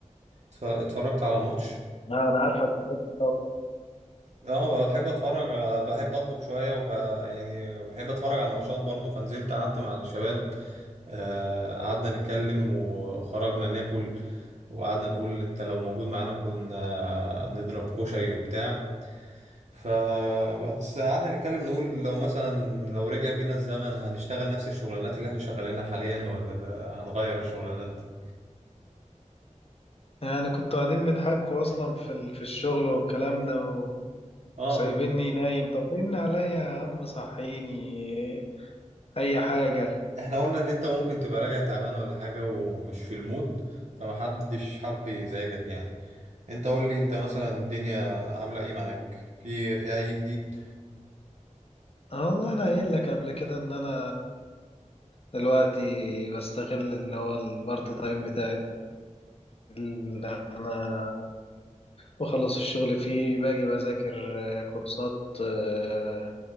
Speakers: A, on the right; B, on the left.
A: اتف- اتفرجت على الماتش
B: اه انا عارفك بتحب الطبخ.
A: اه بحب اتفرج آه، بحب اطبخ شوية وب... يعني بحب اتفرج على الماتشات برضو فنزلت قعدت مع الشباب آه، قعدنا نتكلم وخرجنا ناكل وقعدنا نقول انت لو موجود معانا كنا نضرب كشري وبتاع فبس قعدنا نتكلم نقول لو مثلا لو رجع بينا الزمن هنشتغل نفس الشغلانات اللي احنا شغالينها حاليا ولا ده- هنغير الشغلانات دي
B: يعني كنتوا قاعدين بيضحكوا اصلا في ال... في الشغل والكلام ده و-
A: اه
B: وسايبيني
A: بال-
B: نايم طب رن عليا يا عم صحيني اي حاجة
A: احنا قلنا ان انت ممكن تبقى راجع تعبان ولا حاجة ومش في المود فمحدش حب يزعجك يعني انت قول لي انت مثلا الدنيا عاملة ايه معاك في في اي جديد
B: اه والله انا قايل لك قبل كده ان انا دلوقتي بستغل اللي هو البارت تايم بتاعي اللي انا بخلص الشغل فيه باجي بذاكر آه، كورسات آه،